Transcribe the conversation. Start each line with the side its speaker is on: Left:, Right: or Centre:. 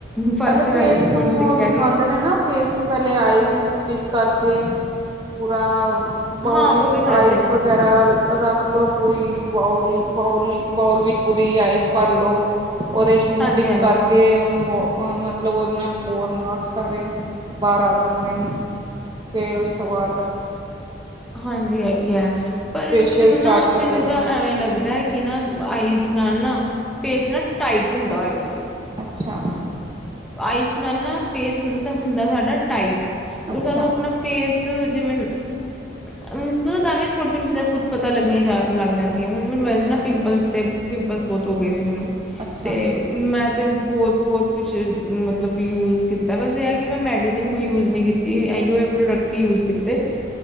Centre: ਫ਼ਰਕ
Right: ਪਹਿਲੇ
Centre: ਤੇ ਵੈਸੇ
Right: ਫੇਸ
Centre: ਮੈਨੂੰ
Right: ਨੂੰ
Centre: ਦਿਖਿਆ
Right: ਉਹ ਦਿਖਾਉਦੇ
Centre: ਨੀ
Right: ਨੇ ਨਾ ਫੇਸ ਨੂੰ ਪਹਿਲੇ ਆਈਸ ਵਿੱਚ ਟਿਪ ਕਰਕੇ ਪੂਰਾ ਬਾਊਲ
Centre: ਹਾਂ ਉਹ
Right: ਚ
Centre: ਵੀ ਕਰਦੇ
Right: ਆਈਸ
Centre: ਨੇ
Right: ਵਗੈਰਾ ਰੱਖ ਲੋਓ, ਪੂਰੀ ਬਾਊਲ ਬਾਊਲ, ਬਾਊਲ ਵਿੱਚ ਪੂਰੀ ਆਈਸ ਭਰ ਲੋ। ਉਹਦੇ ਚ ਮੂੰਹ
Centre: ਹਾਂਜੀ
Right: ਡੀ
Centre: ਹਾਂਜੀ
Right: ਕਰਕੇ ਉਹਨੂੰ ਵੋ ਅ ਮਤਲਬ, ਉਹਦੇ ਨਾਲ ਪੋਰ ਮਾਰ ਸਕਦੇ ਸਾਰੇ ਬਾਹਰ ਆ ਜਾਂਦੇ ਨੇ। ਫਿਰ ਉਸ ਤੋਂ ਬਾਅਦ
Centre: ਹਾਂਜੀ, ਵੀ ਆ। <unintelligible> ਪਰ
Right: ਫੇਸ਼ੀਅਲ
Centre: ਮੈਨੂੰ
Right: ਸਟਾਰਟ
Centre: ਨਾ,
Right: ਕਰਦੇ
Centre: ਮੈਨੂੰ
Right: ਨੇ
Centre: ਤਾਂ ਐਵੇਂ ਲੱਗਦਾ ਆ, ਕਿ ਨਾ ਆਈਜ ਨਾਲ ਨਾ ਫੇਸ ਨਾ ਟਾਈਟ ਹੁੰਦਾ ਹੋਏਗਾ।
Right: ਅੱਛਾ,
Centre: ਆਈਸ ਨਾਲ ਨਾ ਫੇਸ ਹੁੰ ਹੁੰਦਾ। ਸਾਡਾ ਟਾਈਟ। ਅਗਰ
Right: ਅੱਛਾ
Centre: ਸਾਨੂੰ ਆਪਣਾ ਫੇਸ ਜਿਵੇਂ ਅ ਤਾਂਵੇ ਥੋੜੀ -ਥੋੜੀ ਚੀਜ਼ਾਂ ਖੱਦ ਪਤਾ ਲੱਗੀਆਂ ਜਾ ਲੱਗ ਜਾਂਦੀਆ ਹੁਣ ਮੈਨੂੰ ਵੈਸੇ
Right: ਅੱਛਾ
Centre: ਨਾ ਪਿੰਪਲਸ ਤੇ ਪਿੰਪਲਸ ਬਹੁਤ ਹੋ ਗਏ ਸੀ। ਮੈਨੂੰ
Right: ਅੱਛਾ
Centre: ਤੇ ਮੈਂ ਤੇ ਬਹੁਤ -ਬਹੁਤ ਕੁਛ ਮਤਲਬ ਯੂਜ ਕੀਤਾ ਬਸੇ, ਇਹ ਹੈ ਕਿ ਮੈਂ ਮੈਡੀਸਿਨ ਕੋਈ ਯੂਜ ਨਹੀਂ ਕੀਤੀ ਇਹੀੋ ਪ੍ਰੋਡਕਟ ਯੂਜ ਕੀਤੇ।